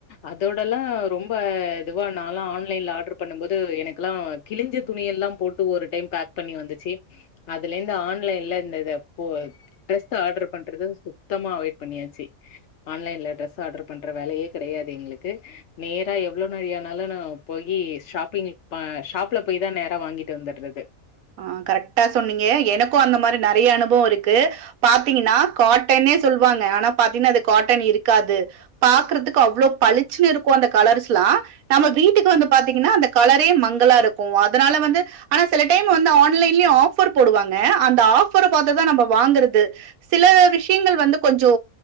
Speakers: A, on the left; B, on the right.
A: அதோடல்லா ரொம்ப இதுவா நாலா ஆன்லைன்ல ஆர்டர் பண்ணும் போது எனக்குல்லா கிழிஞ்ச துணி எல்லா போட்டு ஒரு டைம் பேக் பண்ணி வந்துச்சு அதுல இருந்து ஆன்லைன்ல இந்த இது ப்ப ட்ரெஸ் ஆர்டர் பண்றது சுத்தமா அவாய்ட் பண்ணியாச்சு ஆன்லைன்ல டிரஸ் ஆர்டர் பண்ற வேலையே கிடையாது எங்களுக்கு நேரா எவ்வளோ நாழி ஆனாலநா போயி ஷாப்பிங் ஷா பால் கூட தா நேரா வாங்கிட்டு வந்துடுறது
B: அ கரெக்டா சொன்னீங்க எனக்கு அந்த மாரி நெறைய அனுபவம் இருக்கு பாத்தீங்கனா காட்டன்னே சொல்லுவாங்க ஆனா பாத்தீங்கனா அது காட்டன் இருக்காது பாக்குறதுக்கு அவ்ளோ பளிச்சுன்னு இருக்கும் அந்த கலர்ஸ்ல்லா நம்ம வீட்டுக்கு வந்து பாத்தீங்கனா அந்த கலரே மங்கலா இருக்கு அதனால வந்து ஆனா சில டைம் வந்து ஆன்லைன்லயு ஆஃபர் போடுவாங்க அந்த ஆஃபரை பாத்துதா நம்ம வாங்கறது சில விஷயங்கள் வந்து கொஞ்சோ